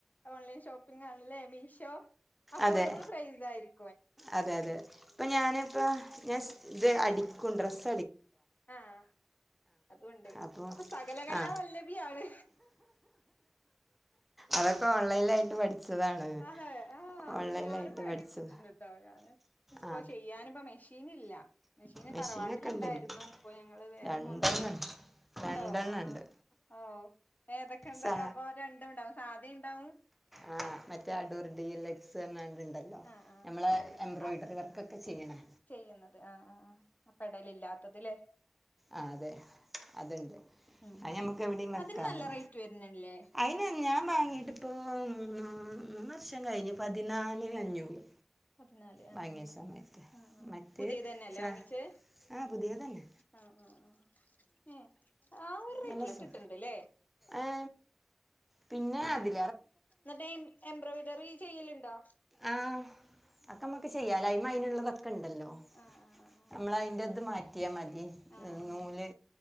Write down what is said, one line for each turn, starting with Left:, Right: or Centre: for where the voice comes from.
Left: ഓൺലൈൻ ഷോപ്പിംഗാണല്ലേ. മീഷോ അഫോർഡബിൾ
Centre: അതെ
Left: പ്രൈസായ്രിക്കും.
Centre: അതെ അതെ ഇപ്പൊ ഞാനിപ്പ ഞാൻ ഇത് അടിക്കും ഡ്രസ്
Left: ആഹ് അതു ഒണ്ട്
Centre: അപ്പോൾ
Left: അപ്പൊ സകലകലാ
Centre: ആ
Left: വല്ലഭിയാണ്.
Centre: അതൊക്കെ ഓൺലൈനിലായിട്ട് പഠിച്ചതാണ്
Left: അതെ ആഹ്
Centre: ഓൺലൈനിലായിട്ട്
Left: ഞാനും പഠിച്ചിട്ടുണ്ട്
Centre: പഠിച്ചത്
Left: ട്ടോ ഞാന് ഇപ്പൊ
Centre: ആ
Left: ചെയ്യാന് ഇപ്പോ മെഷീനില്ല. മെഷീന്
Centre: മെഷീനൊക്കെ
Left: തറവാട്ടിലിണ്ടായിരുന്നു
Centre: ഉണ്ട് എനിക്ക്
Left: ഇപ്പൊ ഞങ്ങള് വേറെ
Centre: രണ്ടെണ്ണം
Left: പോന്നപ്പള്
Centre: ഉണ്ട് രണ്ടെണ്ണം
Left: ഉണ്ടോ ആഹ്
Centre: ഉണ്ട്
Left: ഓഹ് ഏതൊ ക്ക്ണ്ട്
Centre: സാ
Left: അപ്പൊ രണ്ടും ഇണ്ടാവും സാധീണ്ടാവും
Centre: ആഹ് മറ്റേ അടൂർ ഡി ലക്സ ണ്ടല്ലോ
Left: ആഹ് ആഹ്
Centre: നമ്മള എംബ്രോയ്ഡറി
Left: അപ്
Centre: വർക്കൊക്കെ ചെയ്യണേ
Left: ചെയ്യുന്നത് ആ ആ പെടല് ഇല്ലാത്തത് ലേ?
Centre: ആഹ് അതെ അതിണ്ട്.
Left: ഉം
Centre: അത് നമ്മക്ക് എവിടെയും വെക്കാലോ.
Left: അതിന് നല്ല റേറ്റ് വരുന്നില്ലേ
Centre: അയിന് ഞാൻ വാങ്ങീട്ട് ഇപ്പോ, മൂന്ന മൂന്ന് വർഷം കയിഞ്ഞു പതിനാലേ അഞ്ഞൂറ്.
Left: പതിനാല് ആഹ്
Centre: ബാംഗിയ സമയത്ത്
Left: ആഹ് ആഹ് ആഹ്
Centre: മറ്റ്
Left: പുതിയത് തന്നെയല്ലേ
Centre: സ
Left: വാങ്ങിച്ചേ
Centre: ആഹ് പുതിയന്നെ
Left: ആഹ് ആഹ് ആഹ്. ആ ഒരു റേറ്റിലൊക്കെ
Centre: നല്ല രസ
Left: കിട്ടിണ്ട്ല്ലേ?
Centre: ഏ പിന്നെ അതി
Left: എന്നിട്ട് എംബ്രോയ്ഡറി ചെയ്യലിണ്ടോ?
Centre: ആഹ് അക്കമ്മക്ക് ചെയ്യാ <unintelligible> നുള്ളതൊ- ക്കണ്ടല്ലോ
Left: ആഹ് ആഹ് ആഹ്
Centre: നമ്മൾ അയ്ന്റെത് മാറ്റിയാ മതി
Left: ആഹ് ആഹ് ആഹ്
Centre: നൂല്